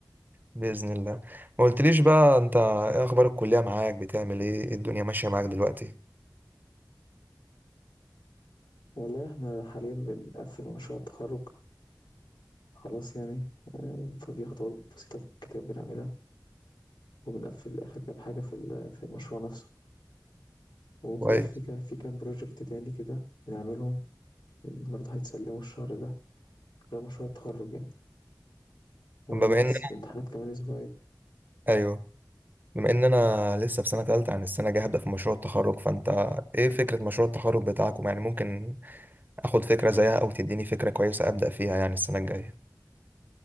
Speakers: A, on the right; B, on the left.
A: بإذن الله ما قلتليش بقى أنت إيه أخبار الكلية معاك بتعمل إيه إيه الدنيا ماشية معاك دلوقتي
B: والله إحنا حاليا بنقفل مشروع التخرج خلاص يعني ففي خطوات بسيطة في الكتاب بنعملها وبنقفل آخر كام حاجة في ال- في المشروع نفسه وخلاص
A: كويس
B: في كا- في كام بروجكت تاني كده بنعملهم برضه هيتسلموا الشهر ده غير مشروع التخرج يعني وبس
A: طب بما إن أنا
B: الامتحانات كمان أسبوعين
A: أيوه بما إن أنا لسه في سنة تالتة عن السنة الجاية هبدأ في مشروع التخرج فأنت إيه فكرة مشروع التخرج بتاعكم يعني ممكن آخد فكرة زيها أو تديني فكرة كويسة أبدأ فيها يعني السنة الجاية